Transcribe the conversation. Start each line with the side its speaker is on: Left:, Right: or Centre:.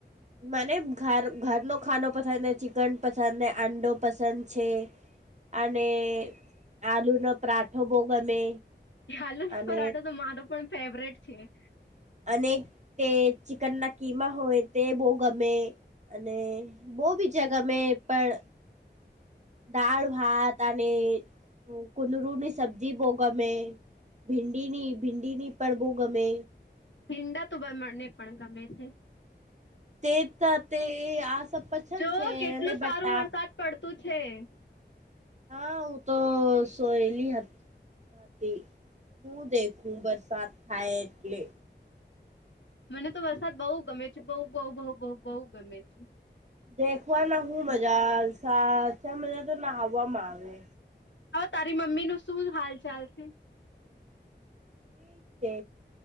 Right: મને ઘર ઘરનો ખાનો પસંદ ચિકન પસંદ આંડો પસંદ છે. અને આલુનો પરાઠો બહું ગમે
Left: આલુ
Right: અને
Left: પરાઠો તો મારો પણ ફેવરેટ છે.
Right: અને તે ચિકન ના કીમા હોય તે બહુ ગમે અને બહુ બી જ ગમે પણ દાળ ભાત અને કુદરુની સબ્જી બઉ ગમે ભિંડી ની ભિંડી ની પરડબો ગમે
Left: ભીંડા તો બમણને પણ ગમે છે.
Right: તે તો તે આ સ પસંદ
Left: જો
Right: છે
Left: કેટલું
Right: અને બટા
Left: સારું વરસાદ પડતું છે.
Right: હા હું તો સોયેલી હતી. હું દેખું હું દેખું બરસાદ થાય એટલે
Left: મને તો વરસાદ બહુ ગમે છે બહુ બઉ બહુ બહુ બહુ ગમે છે.
Right: દેખવા ના હું મજા સા મજા તો નાહવામાં આવે
Left: હવે તારી મમ્મી નો શું હાલ ચાલ છે.
Right: <inaudible> છે.